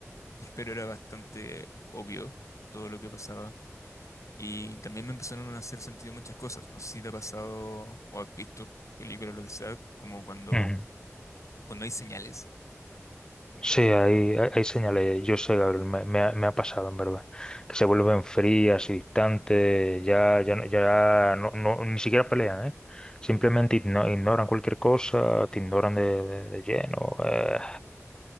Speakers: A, on the left (about 80°); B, on the left (about 15°).
A: <laughs> pero era bastante obvio todo lo que pasaba. Y también me empezaron a hacer sentido muchas cosas. No sé si te ha pasado o has visto películas o lo que sea, como cuando
B: no.
A: cuando hay señales.
B: Sí, hay, hay, hay señales, yo sé, Gabriel, me, me ha, me ha pasado en verdad, que se vuelven frías y distantes, ya, ya, no- ya no, no- ni siquiera pelean, ¿eh? Simplemente igno- ignoran cualquier cosa, te ignoran de, de- de lleno, eh,